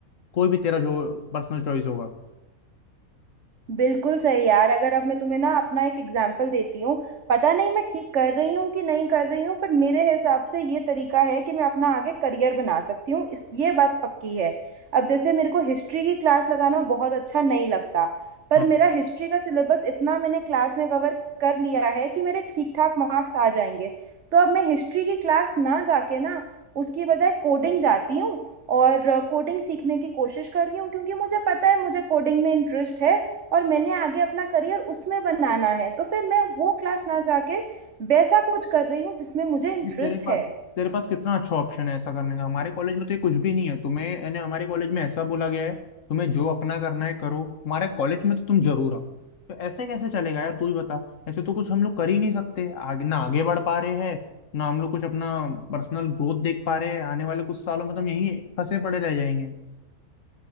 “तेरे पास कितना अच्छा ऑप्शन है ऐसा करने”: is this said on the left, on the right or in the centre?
Left